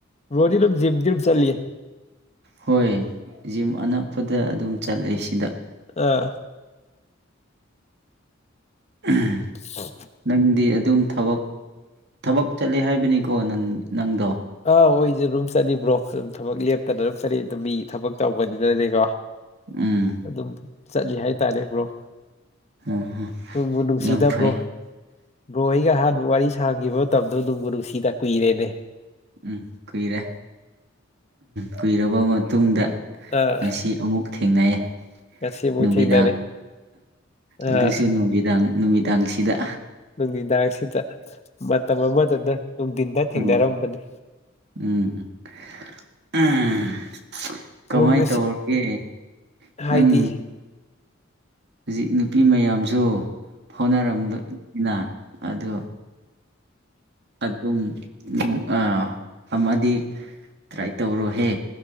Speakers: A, on the left; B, on the right.
A: ꯕ꯭ꯔꯣꯗꯤ ꯗꯨꯝ ꯖꯤꯝ ꯗꯨꯝ ꯆꯠꯂꯤ
B: ꯍꯣꯏ ꯖꯤꯝ ꯑꯅꯛꯄꯗ ꯑꯗꯨꯝ ꯆꯠꯂꯦ ꯁꯤꯗ
A: ꯑꯥ
B: <unintelligible>
A: <unintelligible>
B: ꯅꯪꯗꯤ ꯑꯗꯨꯝ ꯊꯕꯛ ꯊꯕꯛ ꯆꯠꯂꯦ ꯍꯥꯏꯕꯅꯤꯀꯣ ꯅꯪ ꯅꯪꯗꯣ
A: ꯑꯥ ꯍꯧꯖꯤꯛ ꯑꯗꯨꯨꯝ ꯆꯠꯂꯤꯕ꯭ꯔꯣ ꯑꯗꯨꯝ ꯊꯕꯛ ꯂꯦꯞ <unintelligible> ꯃꯤ ꯊꯕꯛ ꯇꯧꯕꯅꯤꯅꯅꯦꯀꯣ
B: ꯎꯝ
A: ꯑꯗꯨꯝ ꯆꯠꯂꯤ ꯍꯥꯏꯇꯥꯔꯦ ꯭ꯕꯔꯣ
B: ꯎꯝ
A: ꯅꯨꯡꯕꯨ ꯅꯨꯡꯁꯤꯗ
B: ꯌꯥꯝ ꯐꯩ
A: ꯕ꯭ꯔꯣ ꯕ꯭ꯔꯣ ꯍꯣꯏꯒ ꯑꯍꯥꯟꯕꯨ ꯋꯥꯔꯤ ꯁꯥꯈꯤꯕ ꯃꯇꯝꯗꯣ ꯅꯨꯡꯕꯨ ꯅꯨꯡꯁꯤꯗ ꯀꯨꯏꯔꯦꯅꯦ
B: ꯎꯝ ꯀꯨꯏꯔꯦ ꯀꯨꯏꯔꯕ ꯃꯇꯨꯡꯗ
A: ꯑꯥ
B: ꯉꯁꯤ ꯑꯃꯨꯛ ꯊꯦꯡꯅꯩꯌꯦ
A: ꯉꯁꯤꯃꯨꯛ
B: ꯅꯨꯃꯤꯗꯥꯡ
A: ꯊꯦꯡꯅꯔꯦ ꯑꯥ
B: ꯑꯗꯨꯁꯨ ꯅꯨꯃꯤꯗꯥꯡ ꯅꯨꯃꯤꯗꯥꯡꯁꯤꯗ
A: ꯅꯨꯡꯊꯗꯥꯂꯛꯁꯤꯗ ꯃꯇꯝ ꯑꯃꯗꯅ ꯅꯨꯡꯊꯤꯟꯗ ꯊꯦꯡꯅꯔꯝꯕꯅꯤ
B: ꯎꯝ ꯎꯝ <unintelligible>
A: ꯕ꯭ꯔꯣ
B: ꯀꯃꯥꯏ
A: ꯉꯁꯤ
B: ꯇꯧꯔꯒꯦ
A: ꯍꯥꯏꯗꯤ
B: ꯅꯪ ꯍꯧꯖꯤꯛ ꯅꯨꯄꯤ ꯃꯌꯥꯝꯁꯨ ꯐꯥꯎꯅꯔꯝꯕꯅꯤꯅ ꯑꯗꯨ ꯑꯗꯨꯝ ꯅꯨꯡ ꯑ ꯑꯃꯗꯤ ꯇ꯭ꯔꯥꯏ ꯇꯧꯔꯣꯍꯦ